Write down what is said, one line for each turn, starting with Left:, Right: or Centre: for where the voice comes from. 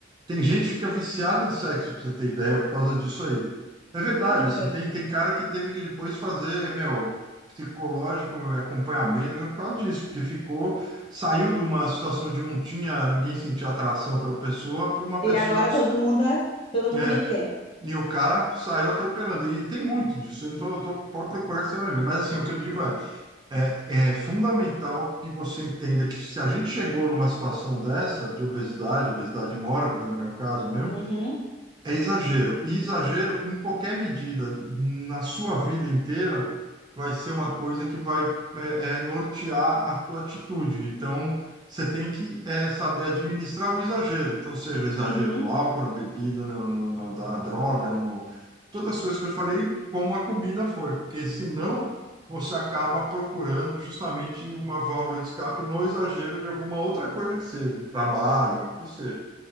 Right: tem gente que fica viciada em sexo, para você ter ideia, por causa disso aí. É verdade,
Left: Que loucura.
Right: assim, tem, tem cara que teve que depois fazer, meu, psicológico, acompanhamento, por causa disso, porque ficou saiu de uma situação de não tinha, ninguém sentia atração pela pessoa, para uma
Left: E
Right: pessoa
Left: agora
Right: que.
Left: todo mundo, todo mundo
Right: É,
Left: me quer.
Right: e o cara saiu atropelando. E tem muito disso. Eu não tô, eu tô- pode procurar que você vai ver. Mas assim, o que eu digo é, é, é fundamental que você entenda que se a gente chegou numa situação dessa, de obesidade, obesidade mórbida, no meu caso mesmo,
Left: Uhum.
Right: é exagero. E exagero em qualquer medida, na sua vida inteira, vai ser uma coisa que vai é, é, nortear a tua atitude. Então, você tem que é, saber administrar o exagero. Então, seja exagero
Left: Uhum.
Right: no álcool, na bebida, no, no- na, na droga, no... todas as coisas que eu falei, como a comida foi. Porque senão você acaba procurando justamente uma válvula de escape no exagero de alguma outra coisa que seja, trabalho, o que seja.